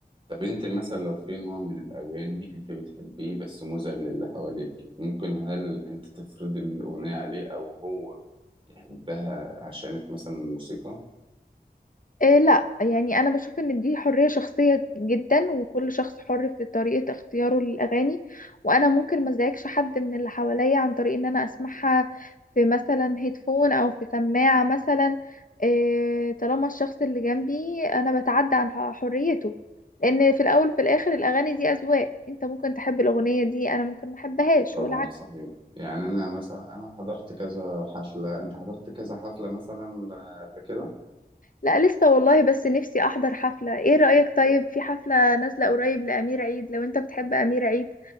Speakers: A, on the right; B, on the left.
A: طب أنت مثلا لو في نوع من الأغاني أنت بتحبيه بس مزعج للي حواليك ممكن هل أنت تفرضي الأغنية عليه أو هو يحبها عشانك مثلا الموسيقى؟
B: إيه لا يعني انا بشوف ان دي حرية شخصية جدا وكل شخص حر في طريقة اختياره للاغاني وانا ممكن ما ازعجش حد من اللي حواليا عن طريق ان انا اسمعها في مثلا هيدفون او في سماعة مثلا إيه طالما الشخص اللي جنبي انا بتعدى عن حريته لان في الاول وفي الاخر الاغاني دي اذواق انت ممكن تحب الاغنية دي انا ممكن ما احبهاش
A: طبعا
B: والعكس
A: صحيح يعني انا مثلا انا حضرت كذا حفلة انت حضرت كذا حفلة مثلا آه، قبل كده
B: لا لسه والله بس نفسي احضر حفلة ايه رأيك طيب في حفلة نازلة قريب لأمير عيد لو انت بتحب أمير عيد